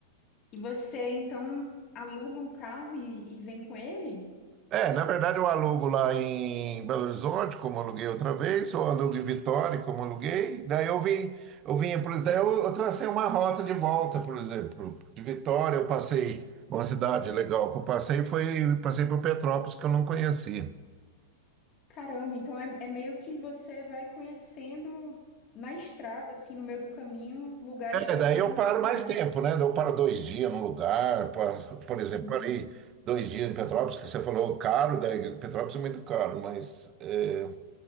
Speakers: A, on the left (about 25°); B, on the right (about 20°).
A: E você então aluga um carro e, e vem com ele?
B: É, na verdade eu alugo lá em Belo Horizonte, como aluguei outra vez, ou alugo em Vitória, como aluguei. Daí eu vim, eu vinha, por exemplo, daí eu, eu tracei uma rota de volta, por exemplo, de Vitória eu passei, uma cidade legal que eu passei foi, passei por Petrópolis que eu não conhecia.
A: Caramba, então é, é meio que você vai conhecendo na estrada, assim, no meio do caminho, lugares
B: É,
A: que você
B: daí eu
A: não imaginava.
B: paro mais tempo, né? Eu paro dois dias num lugar, pa- por exemplo,
A: Sim,
B: parei dois dias em Petrópolis, que você falou caro, daí Petrópolis é muito caro, mas é,